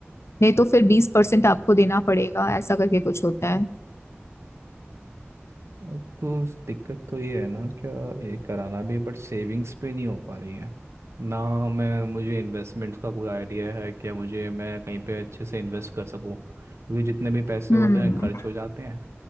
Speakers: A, on the left (about 80°); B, on the right (about 80°).
A: नहीं तो फिर बीस परसेंट आपको देना पड़ेगा ऐसा करके कुछ होता है
B: अब तो उस दिक्कत तो ये है ना क्या ये कराना भी है बट सेविंग्स पे नहीं हो पा रही है ना मैं मुझे इन्वेस्टमेंट्स का कोई आइडिया है कि मुझे मैं कहीं पे अच्छे से इन्वेस्ट कर सकूं क्योंकि जितने भी पैसे
A: हम्म
B: होते हैं खर्च हो जाते हैं